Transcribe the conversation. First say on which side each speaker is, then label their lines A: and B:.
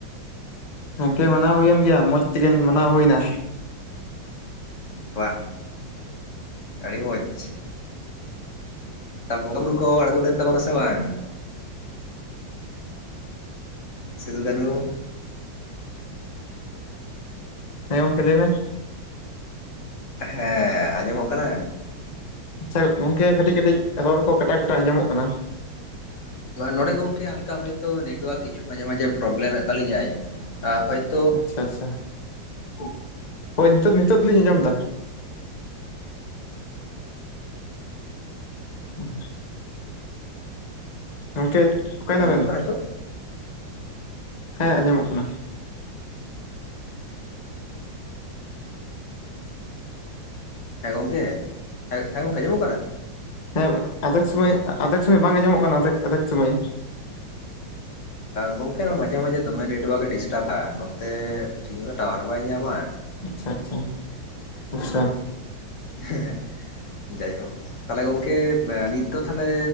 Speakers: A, on the left (about 80°); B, on the left (about 45°).
A: ᱜᱚᱝᱠᱮ ᱢᱟᱱᱟᱣ ᱦᱩᱭᱮᱱ ᱜᱮᱭᱟ ᱢᱚᱸᱡᱽ ᱛᱮᱜᱮ ᱢᱟᱱᱟᱣ ᱦᱩᱭᱮᱱᱟ᱾
B: ᱵᱟᱦ, ᱟᱹᱰᱤ ᱢᱚᱸᱡᱽ᱾ ᱛᱟ ᱵᱚᱸᱜᱟ ᱵᱩᱨᱩ ᱠᱚ ᱟᱬᱜᱚ ᱞᱮᱱ ᱛᱟᱵᱚᱱᱟ ᱥᱮ ᱵᱟᱝ? ᱥᱤᱫᱩ ᱠᱟᱹᱱᱩ᱾
A: ᱦᱮᱸ ᱜᱚᱝᱠᱮ ᱞᱟᱹᱭᱢ ᱢᱮ?
B: ᱦᱮᱸ, ᱟᱸᱡᱚᱢᱚᱜ ᱠᱟᱱᱟ?
A: ᱟᱪᱷᱟ, ᱜᱚᱝᱠᱮ ᱠᱟᱹᱴᱤᱡ-ᱠᱟᱹᱴᱤᱡ ᱨᱚᱲ ᱠᱚ ᱠᱟᱴᱟ ᱠᱟᱴᱟ ᱟᱸᱡᱚᱢᱚᱜ ᱠᱟᱱᱟ ᱾
B: ᱱᱚᱰᱮ ᱜᱚᱝᱠᱮ ᱦᱟᱞᱠᱟ ᱦᱚᱭᱛᱳ ᱱᱮᱴᱣᱟᱨᱠ ᱠᱤᱪᱷᱩ ᱢᱟᱡᱷᱮ ᱢᱟᱡᱷᱮ ᱯᱨᱚᱵᱽᱞᱮᱢᱫ ᱛᱟᱹᱞᱤᱧᱟᱭ ᱾ ᱦᱚ <unintelligible>
A: ᱟᱪᱷᱟ-ᱟᱪᱪᱷᱟ ᱾ ᱦᱳᱭ, ᱱᱤᱛᱚᱜ-ᱱᱤᱛᱚᱜ ᱫᱚᱞᱤᱧ ᱟᱸᱡᱚᱢ ᱮᱫᱟ ᱾ ᱦᱩᱸ <inaudible> ᱜᱚᱝᱠᱮ? ᱚᱠᱟᱭᱱᱟᱵᱮᱱ
B: ᱟᱸᱡᱚᱢᱚᱜ ᱠᱟᱱᱟ ᱱᱤᱛᱚᱜ?
A: ᱦᱮᱸ, ᱟᱸᱡᱚᱢᱚᱜ ᱠᱟᱱᱟ ᱾
B: ᱦᱮᱸ, ᱜᱚᱝᱠᱮ ᱦᱮᱸ ᱜᱚᱝᱠᱮ ᱟᱸᱚᱢᱚᱜ ᱠᱟᱱᱟ ᱾
A: ᱦᱮᱸ, ᱟᱫᱷᱮᱠ ᱥᱚᱢᱚᱭ ᱟᱫᱷᱮᱠ ᱥᱚᱢᱚᱭ ᱵᱟᱝ ᱟᱸᱡᱚᱢᱚᱜ ᱠᱟᱱᱟ ᱟᱫᱷᱮᱠ-ᱟᱫᱷᱮᱠ ᱥᱚᱢᱚᱭ ᱾
B: ᱜᱚᱝᱠᱮ ᱢᱟᱡᱷᱮ-ᱢᱟᱡᱷᱮ ᱫᱚᱢᱮ ᱱᱮᱴᱚᱣᱟᱨᱠ ᱮ ᱰᱤᱥᱴᱟᱹᱵᱟ, ᱱᱚᱛᱮ ᱴᱷᱤᱠ ᱛᱮ ᱴᱟᱣᱟᱨ ᱵᱟᱭ ᱧᱟᱢᱟ ᱾
A: ᱟᱪᱷᱟ-ᱟᱪᱷᱟ, ᱟᱪᱷᱟ ᱾
B: ᱦᱮᱸ ᱾ ᱡᱟᱭᱦᱚ, ᱛᱟᱦᱚᱞᱮ ᱜᱚᱝᱠᱮ ᱱᱤᱛ ᱫᱚ ᱛᱟᱦᱚᱞᱮ